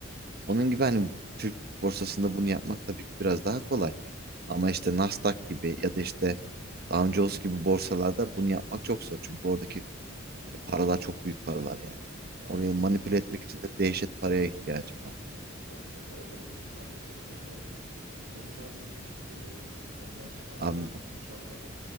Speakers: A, on the right (about 50°); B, on the right (about 80°).
A: Onun gibi hani bu- Türk borsasında bunu yapmak tabii ki biraz daha kolay. Ama işte Nasdaq gibi ya da işte Dow Jones gibi borsalarda bunu yapmak çok zor. Çünkü oradaki e, paralar çok büyük paralar yani.
B: Aynen.
A: Orayı manipüle etmek için de dehşet paraya ihtiyacım var.
B: Tabii tabii. Orada büyük ihtimalle çok çok zordur. Neyse abi çok teşekkür ederim. Benim yanlış arkadaş
A: Abi, ben-
B: da inşallah